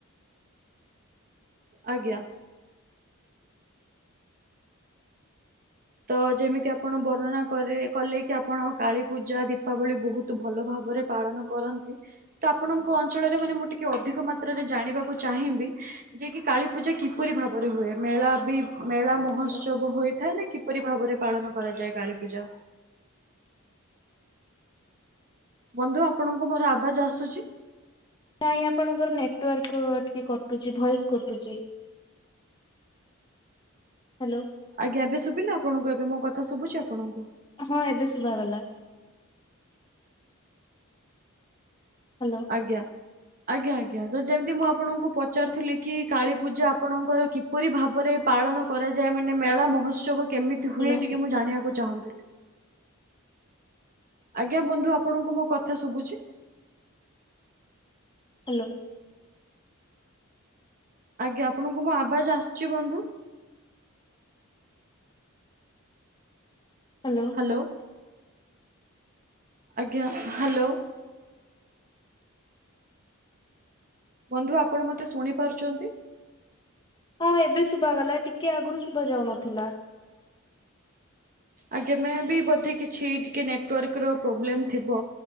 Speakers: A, on the right; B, on the left.
A: ଆଜ୍ଞା। ତ ଯେମିତି ଆପଣ ବର୍ଣ୍ଣନା କରି କଲେ କି ଆପଣ କାଳୀପୂଜା ଦୀପାବଳି ବୋହୁତ ଭଲ ଭା ବରେ ପାଳନ କରନ୍ତି ତ ଆପଣଙ୍କ ଅଞ୍ଚଳରେ ମାନେ ମୁଁ ଟିକେ ଅଧିକ ମାତ୍ରାରେ ଜାଣିବାକୁ ଚାହିଁବି ଯେ କି କାଳୀ ପୂଜା କିପରି ଭାବରେ ହୁଏ ମେଳା ବି ମେଳା ମହୋତ୍ସବ
B: ହ୍ୟାଲୋ
A: ହୋଇଥାଏ ନାଁ କି କିପରି ଭାବରେ ପାଳନ କରାଯାଏ କାଳୀ ପୂଜା? ବନ୍ଧୁ ଆପଣଙ୍କୁ ମୋର ଆବାଜ ଆସୁଛି?
B: ନାଇଁ ଆପଣଙ୍କର ନେଟୱାର୍କ ଟିକେ କଟୁଛି ଭଏସ୍ କଟୁଛି। ହ୍ୟାଲୋ।
A: ଆଜ୍ଞା ଏବେ ଶୁଭିଲା ଆପଣଙ୍କୁ ଏବେ ମୋ କଥା ଶୁଭୁଛି ଆପଣଙ୍କୁ?
B: ହଁ ଏବେ ଶୁଭା ଗଲା। ହ୍ୟାଲୋ
A: ଆଜ୍ଞା ଆଜ୍ଞା ଆଜ୍ଞା ଯେମିତି ମୁଁ ଆପଣଙ୍କୁ ପଚାରୁଥିଲି କି କାଳୀ ପୂଜା ଆପଣଙ୍କର କିପରି ଭାବରେ ପାଳନ କରାଯାଏ ମାନେ ମେଳା ମହୋତ୍ସବ କେମିତି
B: ହ୍ୟାଲୋ
A: ହୁଏ। ଟିକେ ମୁଁ ଜାଣିବାକୁ ଚାହୁଥିଲି। ଆଜ୍ଞା ବନ୍ଧୁ ଆପଣଙ୍କୁ ମୋ କଥା ଶୁଭୁଛି?
B: ହ୍ୟାଲୋ।
A: ଆଜ୍ଞା ଆପଣଙ୍କୁ ମୁଁ ଆବାଜ ଆସୁଛି ବନ୍ଧୁ?
B: Hello
A: hello. ଆଜ୍ଞା ହାଲୋ। ବନ୍ଧୁ ଆପଣ ମତେ ଶୁଣି ପାରୁଛନ୍ତି?
B: ହଁ ଏବେ ଶୁଭା ଗଲା ଟିକେ ଆଗରୁ ଶୁଭା ଯାଉନଥିଲା।
A: ଆଜ୍ଞା ମେ ବି ବୋଧେ କିଛି ଟିକେ ନେଟୱାର୍କର ପ୍ରୋବ୍ଲେମ୍ ଥିବ।